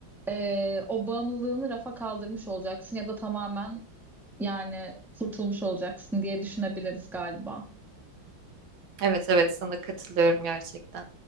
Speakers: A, in the centre; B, on the right.
A: e, o bağımlılığını rafa kaldırmış olacaksın ya da tamamen yani kurtulmuş olacaksın diye düşünebiliriz galiba.
B: Evet evet sana katılıyorum gerçekten.